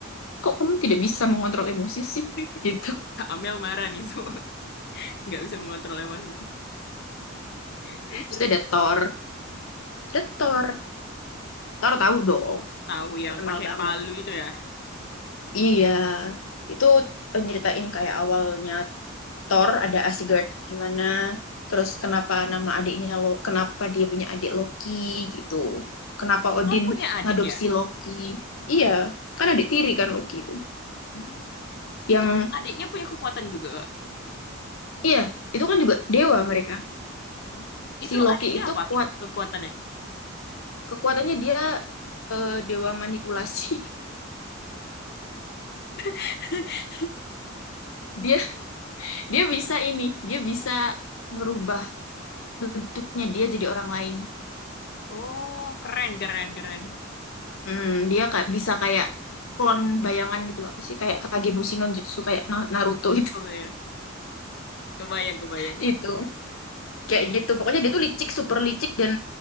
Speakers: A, on the left; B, on the left.
A: kok kamu tidak bisa mengontrol emosi sih?
B: <laughs>
A: <laughs> Gitu.
B: Kak Amel marah nih semua. <laughs> Nggak bisa mengontrol emosi. Terus terus
A: Terus ada Thor, ada Thor. Thor tahu dong,
B: tahu yang
A: terkenal
B: pakai
A: banget.
B: palu itu ya.
A: Iya, itu eh, nyeritain kayak awalnya Thor, ada Asgard gimana, terus kenapa nama adiknya lo, kenapa dia punya adik Loki gitu, kenapa Odin
B: Nur punya adik
A: ngadopsi
B: ya?
A: Loki, iya kan adik tiri kan Loki itu,
B: hmm.
A: yang
B: Itu adiknya punya kekuatan juga, Kak.
A: iya itu kan juga dewa mereka,
B: Oh,
A: si
B: Itu
A: Loki
B: adiknya
A: itu
B: apa?
A: kekuat
B: Kekuatannya?
A: kekuatannya dia eh, dewa manipulasi,
B: <laughs>
A: <laughs> dia dia bisa ini, dia bisa ngerubah bentuknya dia jadi orang lain,
B: Oh, keren keren keren.
A: hmm, dia kayak bisa kayak klon bayangan gitu loh. apa sih kayak Kagebushi no Jutsu kayak Naruto
B: Betul
A: itu
B: ya. Kebayang kebayang.
A: itu kayak gitu pokoknya dia tuh licik super licik dan